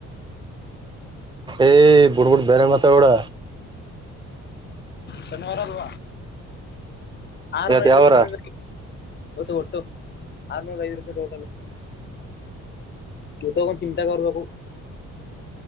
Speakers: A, on the right (about 15°); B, on the left (about 35°).
A: ಏ ಬುಡು ಬುಟ್ ಬೇರೆ ಮಾತಾಡಬುಡ್
B: ಶನಿವಾರ ಲೊ ಆರ್ನೂರ
A: ಇವತ್
B: ಐದ್
A: ಯಾವಾರ
B: ರೂಪಾಯಿ ಒತ್ತು ಕೊಟ್ಟು ಆರ್ನೂರ್ ಐದ್ ರೂಪಾಯಿ ಟೋಟಲ್ <inaudible> ಚೋಟೋಗ್ ಒಂದ್ ಸಿಮ್ ತಗೊಂಡ್ ಬರಬೇಕು